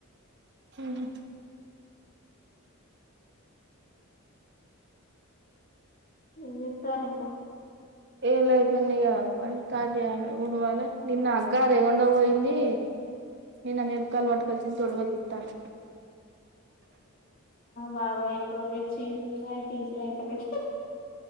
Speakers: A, on the right; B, on the left.
A: హమ్మ్
B: ఎం జెత్తర్రు ఇంక
A: ఏలాయిపోనిగ పని తళయాల ఉడవాల ని నా అక్క రేకుండా పోయింది నేను అన్న ఎక్కలు పటుకొచ్చిన తొడిమలు దితంది
B: బాబా ఎప్పుడో చిండు అది తీసుడు అవుతలేదు